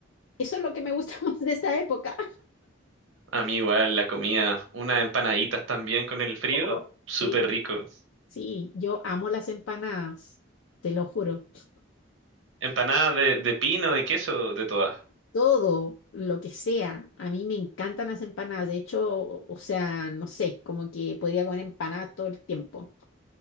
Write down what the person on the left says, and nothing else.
Eso es lo que me gusta <laughs> más de esta época.
Oh,
sí,
sí. Yo amo las empanadas, te lo juro.
todo, lo que sea. A mí me encantan las empanadas. De hecho, o o sea, no sé, como que podría comer empanadas todo el tiempo.